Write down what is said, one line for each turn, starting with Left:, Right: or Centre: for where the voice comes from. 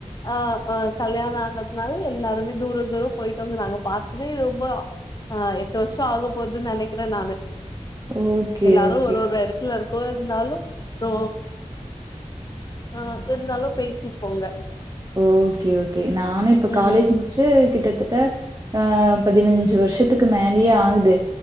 Left: அ அ கல்யாணோ ஆனதுனால எல்லாருமே தூரோ தூரோ போய்ட்டோங்க நாங்க பாத்ததே ரொம்போ அ எட்டு வருஷோ ஆகப் போதுன்னு நெனைக்கிறே நானு
Right: ஓகே,
Left: எல்லாரு
Right: ஓகே.
Left: ஒரு ஒரு எடத் க்குல இருக்கோ இருந்தாலு ஸோ அ இருந்தாலு பேசிப்போங்க
Right: ஓகே ஓகே நானு இப்ப
Left: ம்
Right: காலேஜ் முடிச்சு கிட்டத்தட்ட அ பதினஞ்சு வருஷத்துக்கு மேலயே ஆகுது